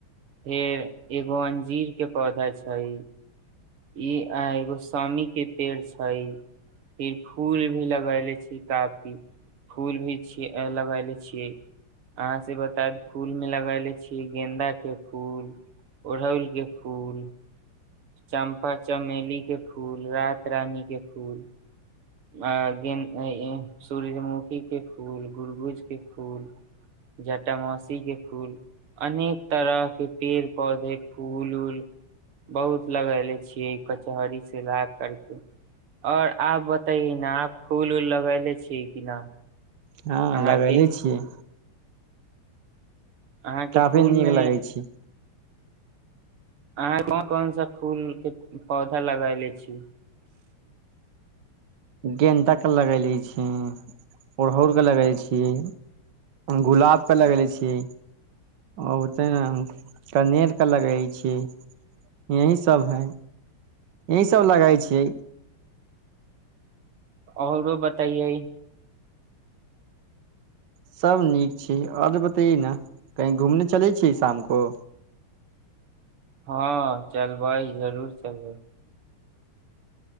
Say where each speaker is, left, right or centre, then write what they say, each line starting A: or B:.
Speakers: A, on the right; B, on the right.
A: फेर एगो अंजीर के पौधा छै ई आ एगो सामी के पेड़ छै फिर फूल भी लगैले छी काफी फूल भी छी लगैले छियै अहाँ से बताउ फूल मे लगायले छीिये गेन्दा के फूल ओड़हुल के फूल चम्पा चमेली के फूल रात रानी के फूल हाँ सूर्यमुखी के फूल गुरबुज के फूल जटा मासी के फूल अनेक तरह के पेड़ पौधे फूल उऊल बहुत लगेले छियै कचहरी से ला करके आओर आब त न आ फूल उऊल लगेले छियै कि न
B: हँ
A: अहाँके
B: लगले छियै
A: अहाँके
B: ताबे
A: फूल
B: नीक
A: मे
B: लगै छी
A: अहाँ कोन कोन सा फूल के पौधा लगले छी
B: गेंन्दाके लगले छीय ओड़हुलके लगले छियै गुलाबके लगले छियै आते ने कनेरके लगे छियै यही सभ है यह सब लगई छियै
A: आओरो बताइए
B: सब नीक छै आओर बतैए न कही घूमने चलै छी शाम को
A: हँ चल भइ जरूर चलबै